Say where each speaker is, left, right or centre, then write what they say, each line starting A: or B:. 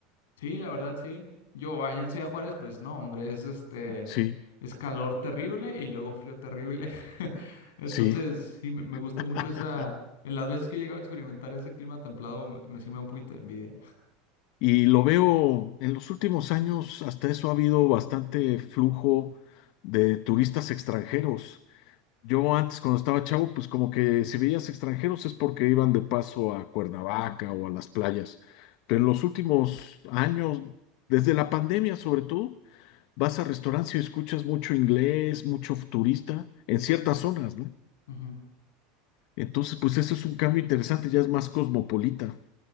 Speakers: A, on the left; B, on the left.
A: Sí, la verdad, sí. Yo, váyanse a Juárez, pues no, hombre, es este,
B: Sí,
A: es calor terrible y luego frío terrible. <laughs> Entonces,
B: sí.
A: sí, me, me gusta
B: <laughs>
A: mucho esa, en las veces que he llegado a experimentar ese clima templado, me, me sí me da un poquito de envidia.
B: Y lo veo en los últimos años, hasta eso ha habido bastante flujo de turistas extranjeros. Yo antes, cuando estaba chavo, pues como que si veías extranjeros es porque iban de paso a Cuernavaca o a las playas. Pero
A: Mm.
B: en los últimos años, desde la pandemia sobre todo, vas a restaurantes y escuchas mucho inglés, mucho turista en ciertas zonas, ¿no?
A: Ujú.
B: Entonces, pues eso es un cambio interesante, ya es más cosmopolita.